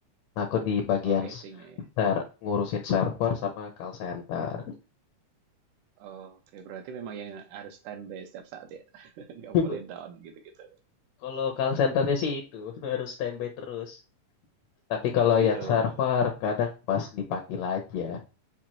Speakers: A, on the left (about 70°); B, on the right (about 80°).
A: aku di bagian
B: Oh, IT-nya
A: s-
B: ya.
A: ser ngurusin server sama call center.
B: Oh, Oke, berarti memang yang harus standby setiap saat ya, <laughs> nggak
A: <laughs>
B: boleh down gitu-gitu.
A: Kalau call centernya sih itu <laughs> harus standby terus. Tapi kalau
B: Oh gitu.
A: yang server kadang pas dipanggil aja.